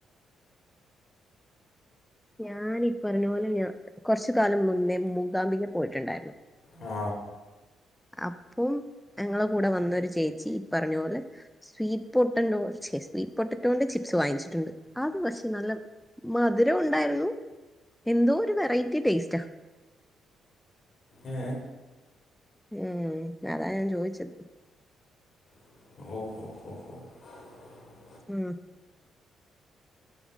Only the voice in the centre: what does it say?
ഞാനി പറഞ്ഞ പോലെ ഞാൻ കുറച്ച കാലം മുന്നേ മൂകാംബിക പോയിട്ടുണ്ടായിരുന്നു
അപ്പം ഞങ്ങള കൂടെ വന്നൊരു ചേച്ചി ഈ പറഞ്ഞ പോോലെ സ്വീ പൊട്ടോ പെ സ്വീറ്റ് പൊട്ടറ്റോന്റെ ചിപ്സ് വാങ്ങിച്ചിട്ടുണ്ട് അത് പക്ഷേ നല്ല മധുരം ഉണ്ടായിരുന്നു എന്തോ ഒരു വെറൈറ്റി ടേസ്റ്റാ
ഉം അതാ ഞാൻ ചോദിച്ചത്
ഹ